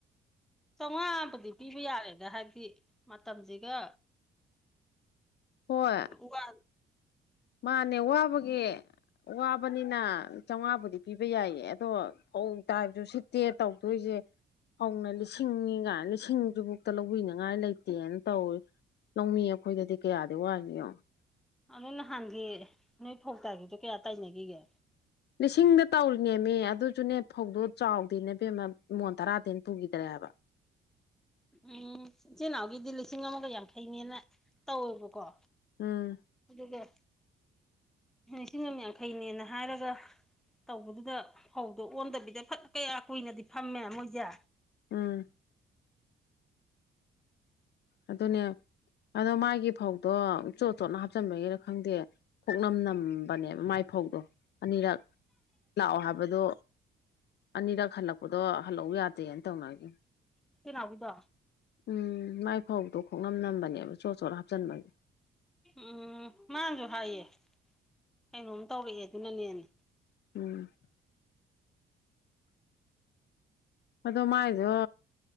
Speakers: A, in the centre; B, on the left.
A: ꯆꯥꯝꯃꯉꯥꯕꯨꯗꯤ ꯄꯤꯕ ꯌꯥꯔꯦꯗ ꯍꯥꯏꯕꯗꯤ ꯃꯇꯝꯁꯤꯒ
B: ꯍꯣꯏ
A: ꯎ ꯋꯥ
B: ꯃꯥꯅꯦ ꯋꯥꯕꯒꯤ ꯋꯥꯕꯅꯤꯅ ꯆꯥꯝꯃꯉꯥꯕꯨꯗꯤ ꯄꯤꯕ ꯌꯥꯏꯌꯦ ꯑꯗꯣ ꯐꯧ ꯇꯥꯏꯕꯁꯨ ꯁꯤꯠꯇꯦ ꯇꯧꯗꯣꯏꯁꯦ ꯐꯧꯅ ꯂꯤꯁꯤꯡꯅꯤꯒ ꯂꯤꯁꯤꯡ ꯑꯗꯨꯕꯨꯛꯇ ꯂꯧꯕꯤꯅꯤꯉꯥꯏ ꯂꯩꯇꯦꯅ ꯇꯧꯋꯤ ꯂꯧꯃꯤ ꯑꯩꯈꯣꯏꯗꯗꯤ ꯀꯌꯥꯗꯤ ꯋꯥꯏꯅꫭ ꯌꯦꯡꯑꫭ
A: ꯑꯗꯨ ꯅꯍꯥꯟꯒꯤ ꯅꯣꯏ ꯐꯧꯇꯥꯈꯤꯕꯗꯣ ꯀꯌꯥ ꯇꯥꯏꯅꯈꯤꯒꯦ
B: ꯂꯤꯁꯤꯡꯗ ꯇꯧꯔꯤꯅꯦꯃꯤ ꯑꯗꯨꯁꯨꯅꯦ ꯐꯧꯗꯣ ꯆꯥꯎꯗꯦꯅꯦꯕꯦꯝꯃ ꯏꯃꯣꯟ ꯇꯔꯥꯗꯅ ꯄꯨꯈꯤꯗ꯭ꯔꯦꯕ
A: ꯎꯝ ꯏꯆꯤꯟꯜ ꯏꯅꯥꯎꯒꯤꯗꯤ ꯂꯤꯁꯤꯡ ꯑꯃꯒ ꯌꯥꯡꯈꯩꯅꯦꯅ ꯇꯧꯋꯦꯕꯀꯣ
B: ꯎꯝ
A: ꯑꯗꯨꯒ ꯂꯤꯁꯤꯡ ꯑꯃ ꯌꯥꯡꯈꯩꯅꯦꯅ ꯍꯥꯏꯔꯒ ꯇꯧꯕꯗꯨꯗ ꯐꯧꯗꯣ ꯑꯣꯟꯗꯕꯤꯗ ꯐꯠ ꯀꯌꯥ ꯀꯨꯏꯅꯗꯤ ꯐꯝꯃꯦ ꯃꯣꯏꯁꯦ
B: ꯎꯝ ꯑꯗꯨꯅꯦ ꯑꯗꯣ ꯃꯥꯒꯤ ꯐꯧꯗꯣ ꯆꯣꯠ ꯆꯣꯠꯅ ꯍꯥꯞꯆꯤꯟꯕꯒꯤꯔ ꯈꯪꯗꯦ ꯀꯣꯛꯅꯝ ꯅꯝꯕꯅꯦꯕ ꯃꯥꯏ ꯐꯧꯗꯣ ꯑꯅꯤꯔꯛ ꯂꯥꯛꯑꯣ ꯍꯥꯏꯕꯗꯣ ꯑꯅꯤꯔꯛ ꯍꯜꯂꯛꯄꯗꯣ ꯍꯜꯂꯛꯎ ꯌꯥꯗꯦꯅ ꯇꯧꯅꯒꯤꯕꯅꯦ
A: ꯏꯆꯦ ꯅꯥꯎꯕꯤꯗꫭ
B: ꯎꯝ ꯃꯥꯏ ꯐꯧꯗꯣ ꯈꯣꯡꯅꯝ ꯅꯝꯕꯅꯦꯕ ꯆꯣꯠ ꯆꯣꯠ ꯍꯥꯞꯆꯤꯟꯕꯒꯤ
A: ꯎꯝ ꯃꯥꯁꯨ ꯍꯥꯏꯌꯦ ꯀꯩꯅꯣꯝ ꯇꯧꯔꯛꯑꯦ ꯑꯗꯨꯅꯅꯦꯅꯦ
B: ꯎꯝ ꯑꯗꯣ ꯃꯥꯏꯗꫭ